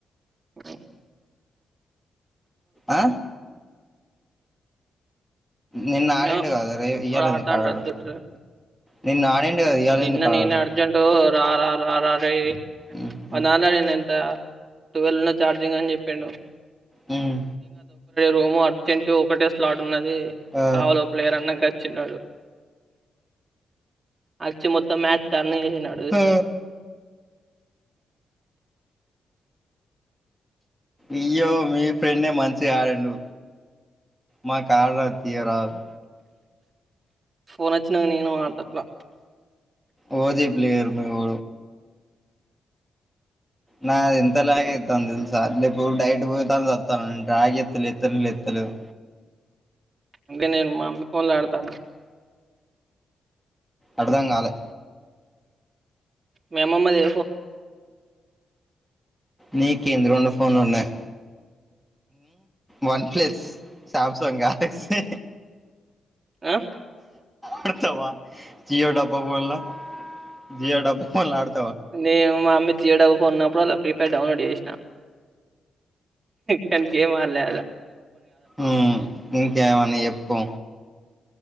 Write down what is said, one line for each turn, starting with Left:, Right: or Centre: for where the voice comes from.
Right: హ్మ్.
Centre: ఆ నిన్న ఆడిండు
Right: ఏమో
Centre: కదా రే ఇయ్యాల ఎందుకు
Right: టాన్
Centre: ఆడాడు
Right: టట్టట్లే
Centre: నిన్న ఆడిండు కదా ఇవాళ
Right: నిన్న
Centre: ఎందుకు ఆడాడు
Right: నేను అర్జెంట్ రా రా రా రా రేయ్
Centre: ఉమ్, ఉమ్,
Right: అనన నేనెంత టువెల్ ఉన్న ఛార్జింగ్ అని జెప్పిండు
Centre: మ్మ్
Right: రోము అర్జెంట్ ఒకటే స్లాట్ ఉన్నది
Centre: ఆ,
Right: కావలో ప్లేయర్ అన్నంక చిన్న అచ్చి మొత్తం మ్యాచ్ టర్న్ చేసి నాడజూసినాక
Centre: ఆ. ఇయ్యో మీ ఫ్రెండే మంచి గాడిండు మాక్ కార తీయరాల్
Right: పోన్ వచ్చినంగ నేను ఆడతట్లా
Centre: ఓదీ ప్లేయర్ మివు నా ఇంత లాగేత్తాంది
Right: ఫోన్
Centre: దెలుసా డైట్ పొయితాను వత్తాను ఇంటాయ్ చెప్తే లేప్తనే లేప్తలేవ్
Right: అంటే నేను మామిడ్ ఫోన్లు ఆడతాను
Centre: అడ్దం గాలే
Right: మేమమ్మ దే
Centre: నీ కేంద్రి రొండు ఫోన్లు ఉన్నె one plus Samsung Galaxy
Right: ఆ
Centre: ఆడుతవా జియో డబ్బా బోన్ల జియో డబ్బా ఫోన్లో ఆడు
Right: నేను మా అమ్మీ తీయడవ్ ఫొన్నప్పుడలా డౌన్లోడ్ చేసినా కాని గేమ్ ఆడ్లే
Centre: మ్మ్ ఇంకేవని చెప్పు